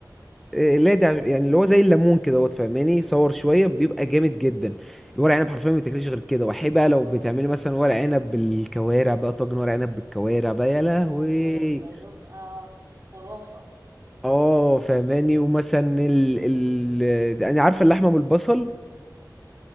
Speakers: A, in the centre; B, on the right.
A: إيه، لا ده يعني اللي هو زي الليمون كده هو فاهماني صور شوية بيبقى جامد جدا الورق عنب حرفيا ما بتاكلش غير كده وحي بقى لو
B: اه
A: بتعملي مثلا ورق عنب بالكوارع بقى طاجن ورق عنب بالكوارع بقى يا لهوي
B: اوه ده يبقى خرافه
A: اه فاهماني ومثلا ال ال ده- انا عارفة اللحمة بالبصل